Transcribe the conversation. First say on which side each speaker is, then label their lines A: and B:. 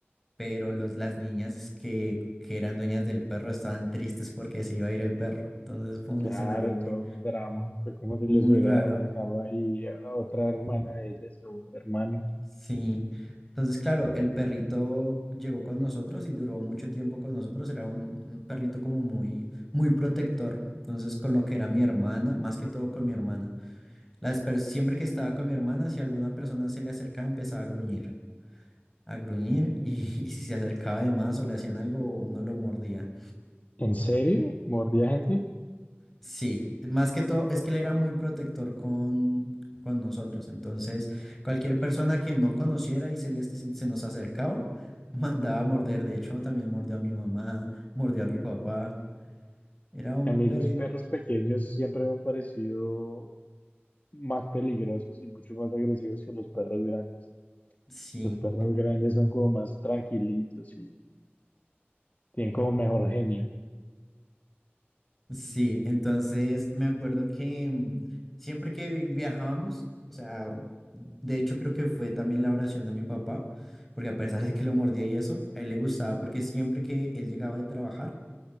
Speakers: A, in the centre; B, on the left (about 40°).
A: pero los, las niñas es que, que eran dueñas del perro estaban tristes porque se iba a ir el perro. Entonces fue un
B: Claro,
A: escenario muy,
B: todo un drama. Fue como si
A: muy
B: les hubiera
A: raro.
B: arrancado ahí a otra hermana de ella, su hermano.
A: Sí. Entonces, claro, el perrito llegó con nosotros y duró mucho tiempo con nosotros. Era un, un perrito como muy, muy protector. Entonces, con lo que era mi hermana, más que todo con mi hermana. Las per- siempre que estaba con mi hermana, si alguna persona se le acercaba, empezaba a gruñir, a gruñir y, <laughs> y si se acercaba de más o le hacían algo, uno lo mordía.
B: ¿En serio? ¿Mordía gente?
A: Sí, más que todo es que él era muy protector con, con nosotros. Entonces, cualquier persona que no conociera y se, les, se nos acercaba, <laughs> mandaba a morder. De hecho, también mordió a mi mamá, mordió a mi papá. Era un
B: A mí
A: perro.
B: los perros pequeños siempre me han parecido más peligrosos y mucho más agresivos que los perros grandes.
A: Sí,
B: Los perros grandes son como más tranquilitos y tienen como mejor genio.
A: sí. Entonces, me acuerdo que mm, siempre que vi- viajábamos, o sea, de hecho, creo que fue también la oración de mi papá, porque a pesar de que lo mordía y eso, a él le gustaba porque siempre que él llegaba de trabajar,